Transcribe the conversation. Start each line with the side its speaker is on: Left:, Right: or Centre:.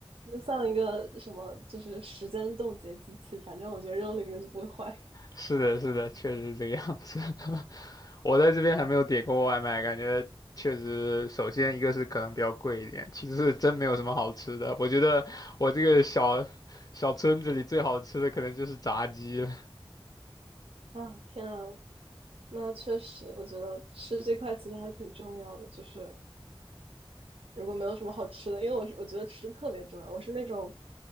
Right: 就像一个什么，就是时间冻结机器，反正我觉得扔里面就不会坏
Left: 是的，是的，确实是这个样子。<laughs> 我在这边还没有点过外卖，感觉确实，首先一个是可能比较贵一点，其次是真没有什么好吃的。我觉得我这个小小村子里最好吃的可能就是炸鸡了。
Right: 啊！天啊，那确实，我觉得吃这块其实还挺重要的。就是如果没有什么好吃的，因为我是我觉得吃特别重要，我是那种，